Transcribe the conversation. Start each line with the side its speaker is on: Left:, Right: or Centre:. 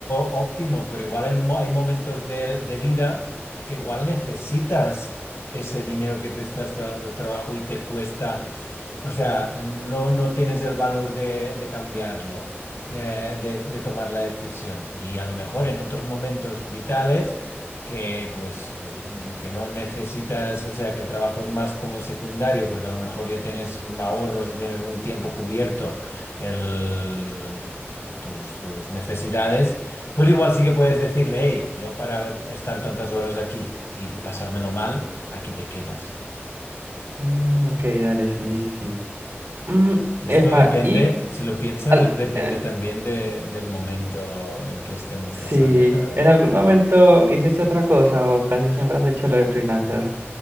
Left: óptimo, pero igual hay mo- hay momentos de, de vida que igual necesitas ese dinero que te está, está dando el trabajo y te cuesta, o sea, no, no tienes el valor de, de cambiarlo, eh, de, de tomar la decisión. Y a lo mejor en otros momentos vitales que pues, pues mm, que no necesitas, o sea, que el trabajo es más como secundario, porque a lo mejor ya tienes ahorros y tienes un tiempo cubierto. El, tus, tus necesidades, pues igual sí que puedes decirle, hey, yo para estar tantas horas aquí y de pasármelo mal, aquí te quedas.
Right: Mm, ok, dale, sí, sí, sí. Mm,
Left: Esto
Right: epa,
Left: depende,
Right: y
Left: si lo piensas,
Right: al-
Left: es depende
Right: eh,
Left: también de- del momento en que estemos
Right: sí,
Left: pasando cada
Right: ¿en
Left: uno.
Right: algún momento hiciste otra cosa o casi siempre has hecho lo de freelancer?